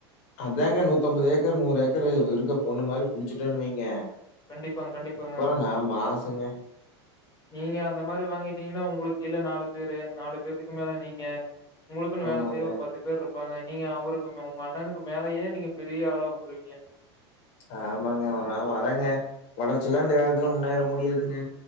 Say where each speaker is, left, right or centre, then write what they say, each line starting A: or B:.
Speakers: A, on the left (about 50°); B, on the left (about 25°).
A: அதாங்க நூத்தம்பது ஏக்கர் நூறு ஏக்கர் இருக்குற பொண்ணு மாதிரி புடிச்சுட்டன்னு வைங்க
B: கண்டிப்பாங்க, கண்டிப்பாங்க.
A: அப்பற நா மாசுங்க
B: நீங்க அந்த மாதிரி வாங்கிட்டீங்கன்னா உங்களுக்கு கீழ நாலு பேரு நாலு பேத்துக்கு மேல நீங்க உங்களுக்குன்னு
A: ஆமாங்க
B: வேல செய்ய ஒரு பத்து பத்து பேர் இருப்பாங்க நீங்க அவருக்கு உங்க அண்ணனுக்கு மேலயே நீங்க பெரிய ஆளா வந்துருவீங்க
A: ஆமாங்க நா வர்றேங்க ஒழச்சில்லா இந்த காலத்துல முன்னேற முடியாதுங்க